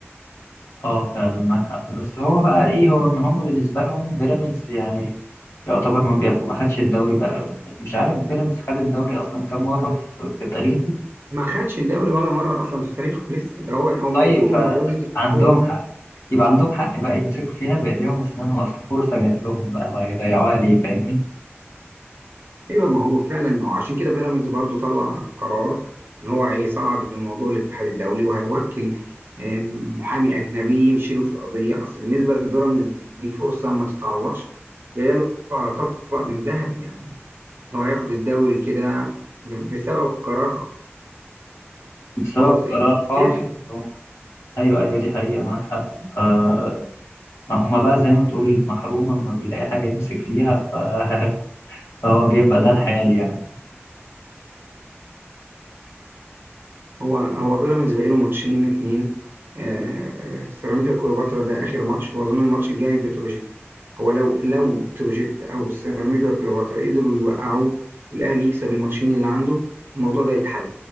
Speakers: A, on the left; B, on the right.
A: اه فعلا معاك حق بس هو بقى ايه هو ما هم بالنسبة لهم بيراميدز يعني يعتبر ما بياخد ما خدش الدوري بقى مش عارف بيراميدز خد الدوري أصلا كام مرة في, في تاريخه
B: ما خدش الدوري ولا مره اصلا في تاريخه لسه ده هو هم
A: طيب
B: نفسهم المره دي تبقى
A: فعندهم
B: اول مره
A: حق يبقى عندهم حق بقى يمسكوا فيها بإيديهم وأسنانهم أصل فرصة جات لهم بقى هيضيعوها ليه فاهمني
B: ايوه ما هو فعلا عشان كده بيراميدز برضو طلع قرار ان هو هيصعد الموضوع للاتحاد الدولي وهيوكل آم، محامي اجنبي يمشي له في القضيه اصل بالنسبه لبيراميدز دي فرصه ما تتعوضش جايه له على طبق من ذهب يعني ان هو ياخد الدوري كده بسبب قرار
A: بسبب
B: خاطئ
A: قرار خاطئ
B: اتاخد يعني
A: أهو. ايوه ايوه دي حقيقة معاك حق فما هما بقى زي ما تقول محروم لما بيلاقي حاجة يمسك فيها ف... <laughs> فهو بيبقى ده الحال يعني
B: هو هو بيراميدز باقي له ماتشين اتنين آه، سيراميكا كليوباترا ده اخر ماتش واظن الماتش الجاي بتروجيت هو لو لو بتروجيت او سيراميكا كليوباترا قدروا يوقعوه والاهلي يكسب الماتشين اللي عنده الموضوع ده يتحل